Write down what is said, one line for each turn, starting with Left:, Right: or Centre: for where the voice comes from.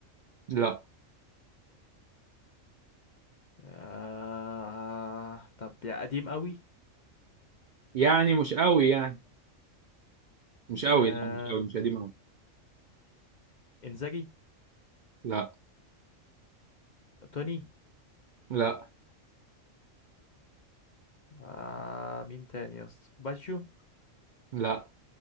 Right: لا
Left: آه طب يا قديم قوي
Right: يعني مش قوي يعني مش قوي
Left: آه
Right: لا مش قوي مش قديم قوي
Left: إنزاجي
Right: لا
Left: توني
Right: لا
Left: آه مين تاني يا اسطى باجيو
Right: لا